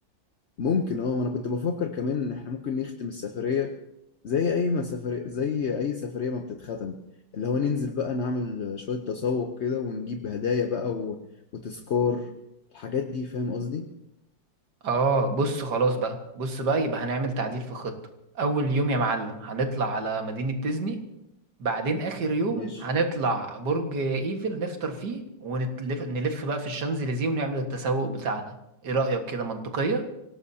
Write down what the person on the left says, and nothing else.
ممكن اه انا كنت بفكر كمان ان احنا ممكن نختم السفرية زي اي ما سفرية زي اي سفرية ما بتتختم اللي هو ننزل بقى نعمل شوية تسوق كده ونجيب هدايا بقى و... وتذكار الحاجات دي فاهم قصدي
ماشي